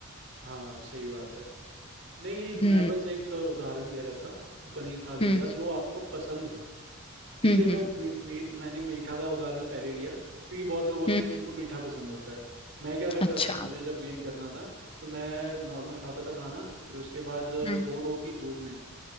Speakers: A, on the right (about 60°); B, on the left (about 25°).
A: हाँ सही बात है नहीं मैं
B: हम्म
A: बस एक उदाहरण दे रहा था कि पनीर खा लो
B: हम्म
A: या जो आपको पसंद हो इसलिए
B: हम्म
A: मैं
B: हम्म
A: मी, मी, मैंने मीठा का उदाहरण पहले लिया क्योंकि बहुत लोग होते
B: हम्म,
A: हैं जिनको मीठा पसंद होता है मैं क्या करता
B: अच्छा
A: था मुझे जब गेन करना था तो मैं नॉर्मल खाता था खाना फिर उसके बाद
B: हम्म
A: दो रोटी दूध में